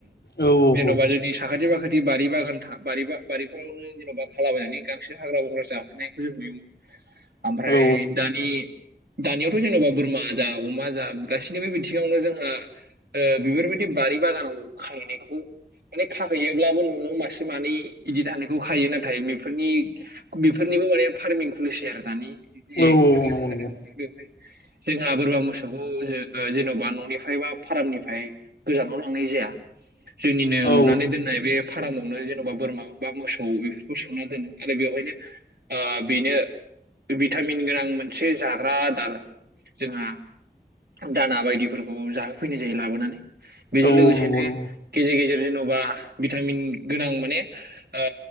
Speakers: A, on the left (about 75°); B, on the right (about 70°).
A: औ
B: जेन'बा
A: औ
B: जोंनि साखाथि फाखाथि बारि बागान था बारिबा बारि फोरावनो जेन'बा खालाबायनानै गांसो हाग्रा बंग्रा जाहोनायखौ जों नुयोमोन। ओमफ्राय
A: औ
B: दानि दानियावथ' जेन'बा बोरमा जा अमा जा गाससिनिबो बिथिङावनो जोंहा ओ बेफोरबायदि बारि बागानाव खांहैनायखौ माने खाहैयोब्लाबो न'आव मासे मानै इदि थानो खौ खायो नाथाय बेफोरनि बेफोरनिबो माने फार्मिं खुलिसि आरो दानि जि
A: औ
B: <unintelligible>
A: औ नंगौ नंगौ
B: बेवहाय जोंहा बोरमा मोसौखौ ज ओ जेन'बा न'निफ्राय बा फारामनिफ्राय गोजानाव लांनाय जाया जोंनिनो
A: औ
B: लुनानै दोननाय बे फार्मावनो जेन'बा बोरमा बा मोसौ औ बेफोरखौ सोंना दोनो आरो बेवहायनो ओ बेनो भिटामिन गोनां मोनसे जाग्रा आदार जोंहा दाना बायदिफोरखौ जाहोफैनाय जायो लाबोनानै बेजों
A: औ
B: लोगोसेनो
A: औ नंगौ नंगौ
B: गेजेर गेजेर जेन'बा भिटामिन गोनां माने ओ